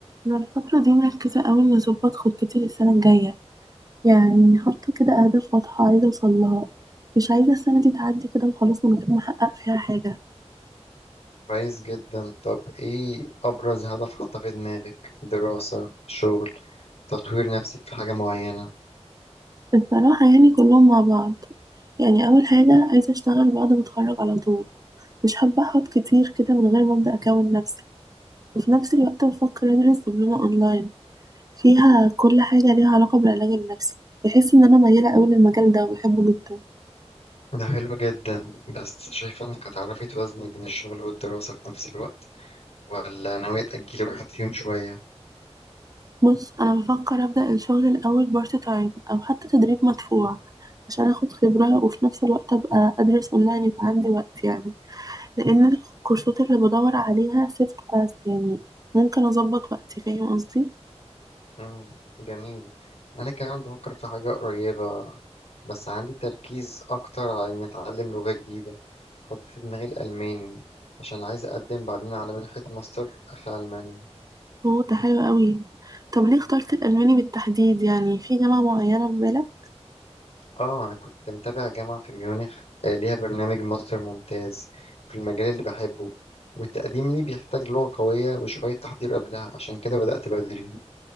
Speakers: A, on the right (about 35°); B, on the left (about 70°).
A: أنا الفترة دي مركزة أوي إني أظبط خطتي للسنة الجاية يعني حاطة كده أهداف واضحة عايزة أوصلها مش عايزة السنة دي تعدي كده وخلاص من غير ما أحقق فيها حاجة
B: كويس جدا طب ايه ابرز هدف حاطه في دماغك دراسة شغل تطوير نفسك في حاجة معينة
A: الصراحة يعني كلهم مع بعض يعني أول حاجة عايزة أشتغل بعد ما أتخرج على طول مش حابة أحط كتير كده من غير ما أبدأ أكون نفسي وفي نفس الوقت بفكر أدرس دبلومة أونلاين فيها كل حاجة ليها علاقة بالعلاج النفسي بحس إن أنا ميالة أوي للمجال ده وبحبه جدا
B: ده حلو جدا بس شايفة انك هتعرفي توازني بين الشغل والدراسة في نفس الوقت ولا ناوية تأجلي واحد فيهم شوية
A: بص انا بفكر ابدا الشغل الاول بارت تايم او حتى تدريب مدفوع عشان اخد خبره وفي نفس الوقت ابقى ادرس اونلاين يبقى عندي وقت يعني لان الكورسات اللي بدور عليها سيفت فاست يعني ممكن اظبط وقتي فاهم قصدي
B: امم جميل انا كمان بفكر في حاجة قريبة بس عندي تركيز اكتر على اني اتعلم لغة جديدة حاطط في دماغي الالماني عشان عايز اقدم بعدين على منحة ماستر في المانيا
A: هو ده حلو قوي طب ليه اخترت الالماني بالتحديد يعني في جامعه معينه في بالك
B: اه انا كنت متابع جامعة في ميونخ آه، ليها برنامج ماستر ممتاز في المجال اللي بحبه والتقديم ليه بيحتاج لغة قوية وشوية تحضير قبلها عشان كده بدأت بدري